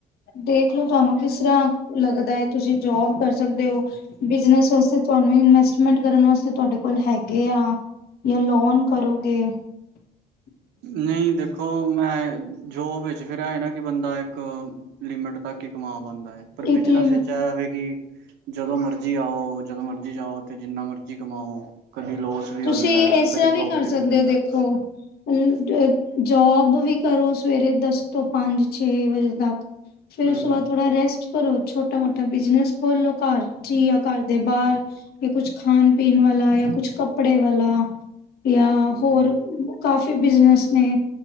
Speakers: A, on the left; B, on the right.
A: ਦੇਖਲੋ ਤੁਹਾਨੂੰ ਕਿਸ ਤਰ੍ਹਾਂ ਲੱਗਦਾ ਤੁਸੀਂ ਜੋਬ, ਕਰ ਸਕਦੇ ਹੋ, ਬਿਜਨਸ ਵਾਸਤੇ ਤੁਹਾਨੂੰ ਇਨਵੈਸਟ। ਮਟ ਕਰਨ ਵਾਸਤੇ, ਤੁਹਾਡੇ ਕੋਲ ਹੈਗੇ ਆ ਜਾਂ ਲੋਨ ਕਰੋਗੇ। <unintelligible>
B: ਨਹੀਂ ਦੇਖੋ ਮੈਂ ਜੋਬ ਵਿੱਚ ਫਿਰ ਨਾ ਕਿ ਬੰਦਾ ਇੱਕ ਲਿਮਿਟ ਤੱਕ ਹੀ ਕਮਾ ਪਾਂਦਾ ਐ। ਪਰ
A: ਇੱਕ
B: ਬਿਜਨਸ
A: ਲਿਮ
B: ਵਿੱਚ ਇਹ ਆ ਕਿ ਬੰਦਾ- ਜਦੋ ਮਰਜ਼ੀ ਆਓ ਜਦੋਂ ਮਰਜ਼ੀ ਜਾਓ ਤੇ ਜਿਨ੍ਹਾਂ ਮਰਜ਼ੀ ਕਮਾਓ ਕਦੀ ਲੋਸ- ਵੀ
A: ਤੁਸੀਂ
B: ਹੋ ਜਾਂਦਾ
A: ਇਸ
B: ਹੈ ਕਦੀ
A: ਤਰ੍ਹਾਂ ਵੀ
B: ਪ੍ਰੋਫਿਟ
A: ਕਰ ਸਕਦੇ
B: ਜਾਂਦਾ
A: ਹੋ ਦੇਖੋ ਅ। ਜੋਬ ਵੀ ਕਰੋ ਸਵੇਰੇ ਦਸ ਤੋ ਪੰਜ ਛੇ ਵਜੇ ਤਕ ਫੇਰ
B: ਹਮ
A: ਉਸ ਤੋ ਬਾਅਦ। ਥੋੜਾ ਰੈਸਟ ਕਰੋ ਛੋਟਾ-ਮੋਟਾ, ਬਿਜਨਸ ਖੋਲੋ ਘਰ ਚ ਹੀ ਆ ਘਰ ਦੇ ਬਾਹਰ। ਕੁੱਛ ਖਣ ਪੀਣ ਵਾਲਾ ਯਾ ਕੁੱਛ ਕੱਪੜੇ ਵਾਲਾ ਯਾ
B: ਹਮ
A: ਹੋਰ ਕਾਫੀ ਬਿਜਨਸ ਨੇ-